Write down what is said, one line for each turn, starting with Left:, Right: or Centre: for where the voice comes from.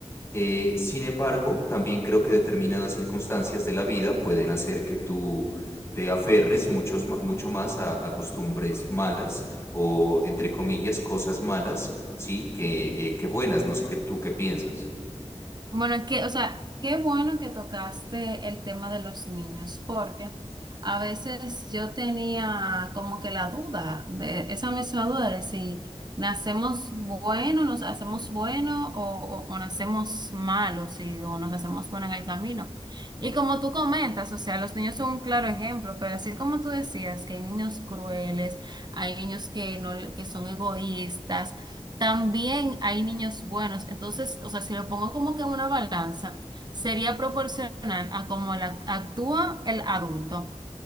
Left: eh, sin embargo, también creo que determinadas circunstancias de la vida pueden hacer que tú te aferres muchos ma- mucho más a, a costumbres malas o, entre comillas, cosas malas, sí, que, eh, que buenas. No sé qué tú qué piensas.
Right: Bueno, es que, o sea, qué bueno que tocaste el tema de los niños, porque a veces yo tenía como que la duda, de, esa misma duda de si nacemos buenos, nos hacemos buenos o, o- o nacemos malos y, o nos hacemos buenos en el camino. Y como tú comentas, o sea, los niños son un claro ejemplo, pero así como tú decías que hay niños crueles, hay niños que, no, que son egoístas. También hay niños buenos. Entonces, o sea, si lo pongo como que en una balanza, sería proporcional a cómo la- actúa el adulto.